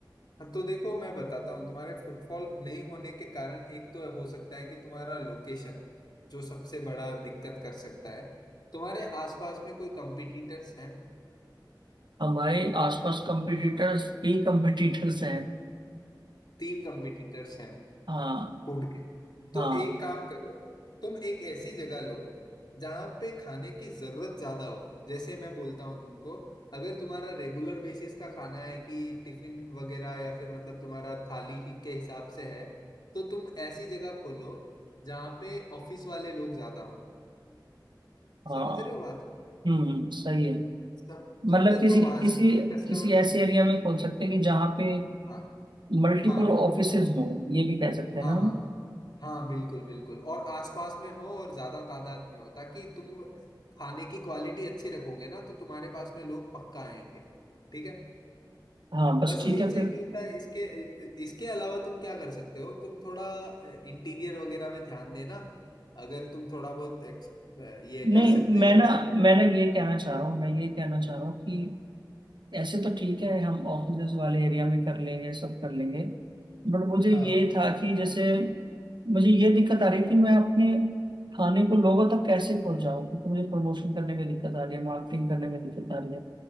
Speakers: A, on the left; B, on the right.
A: तो देखो मैं बताता हूँ तुम्हारे फुटफॉल नहीं होने के कारण एक तो हो सकता है कि तुम्हारा लोकेशन जो सबसे बड़ा दिक्कत कर सकता है तुम्हारे आसपास में कोई कंपिटिटर्स हैं
B: हमारे आसपास कंपटीटर्स ही कंपटीटर्स हैं
A: तीन कंपिटिटर्स हैं
B: हाँ
A: फूड के तो
B: हाँ
A: एक काम करो तुम एक ऐसी जगह लो जहां पे खाने की जरूरत ज्यादा हो जैसे मैं बोलता हूँ तुमको अगर तुम्हारा रेगुलर बेसिस का खाना है कि टिफिन वगैरह या फिर मतलब तुम्हारा थाली ही के हिसाब से है तो तुम ऐसी जगह खोलो जहाँ पे ऑफिस वाले लोग ज्यादा हो
B: हाँ
A: समझ रहे हो बात
B: हम्म सही है
A: सम-
B: मतलब
A: समझे
B: किसी
A: तो वहां
B: किसी
A: से कस्टमर्स
B: किसी ऐसे
A: मिल जाएंगे
B: एरिया में खोल सकते हैं कि जहाँ पे
A: हाँ
B: मल्टीपल
A: हाँ
B: ऑफिसेज हो ये भी कह सकते
A: हाँ
B: हैं ना हम
A: हाँ हाँ बिल्कुल बिल्कुल और आसपास में हो और ज्यादा तादाद में हो ताकि तुम खाने की क्वालिटी अच्छी रखोगे ना तो तुम्हारे पास में लोग पक्का आएंगे ठीक है
B: हाँ बस
A: बस
B: ठीक
A: यही
B: है
A: चाहिए
B: फिर
A: होता है इसके इसके अलावा तुम क्या कर सकते हो तुम थोड़ा इंटीरियर वगैरह में ध्यान देना अगर तुम थोड़ा बहुत एक्स, ये कर
B: नहीं
A: सकते
B: मैं
A: हो
B: ना मैं ना ये कहना चाह रहा हूँ मैं ये कहना चाह रहा हूँ कि ऐसे तो ठीक है हम ऑफिसेज वाले एरिया में कर लेंगे सब कर लेंगे बट मुझे
A: हाँ
B: ये
A: हाँ
B: था कि जैसे मुझे ये दिक्कत आ रही थी मैं अपने खाने को लोगों तक कैसे पहुंचाऊं क्योंकि मुझे प्रमोशन करने में दिक्कत आ रही है मार्केटिंग करने में दिक्कत आ रही